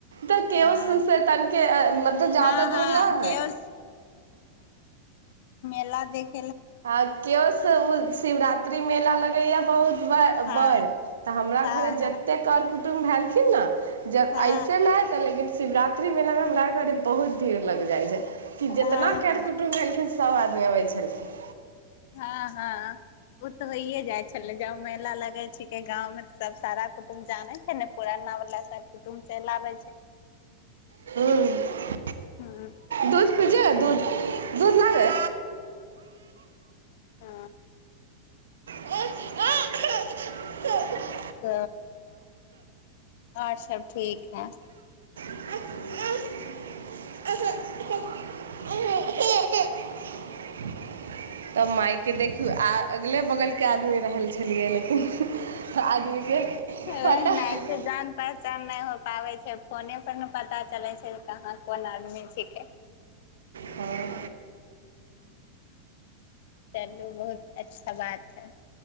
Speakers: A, on the right; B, on the left.
A: तऽ के
B: हँ
A: ओश से तनिके मतलब जादा
B: हँ हँ
A: दूर न है
B: केओस ला दिक
A: आ के्यओ शिवरात्र राती मेला लगैएा बहुत क
B: हँ
A: बढ़ तऽ हमरा
B: हँ
A: घरे
B: हँ
A: जतेक कर कु त भेललखिन ने जब
B: हँ
A: ऐसे मे है त लेकिन शिवरात्रि मेलामे खा घरे बहुत भीड़ लग जाइ छै कि
B: हँ
A: जेितना
B: हँ
A: कर
B: हँ
A: कुटुम्ब एलखिन सभ आदमी ब अबै छलखिन
B: हँ हँ ओ तऽ होइये जाइ छले जब महिेला लग छिके गाँवं तऽ सब सारा कुटुम्ब जानै छै ने पुराना वाला सब कुटुम्ब चलि आबै छै
A: ह
B: हूँ
A: दूध पज दूध दूध ल ले
B: ह
A: आ आ
B: च अचर्छा ठीक है
A: <unintelligible> तऽ मायके देखियौ आ अगले बगलके आदमी रहल छलियै लेकिन आदमीके
B: ओ
A: पता
B: नहि
A: हूँ
B: से जान पाच नहि हो पाबै छै फोने पर ने पता चलै छै कहाँ कोन आदमी छिकै
A: आओर
B: चलू बहुत अच्छा बात है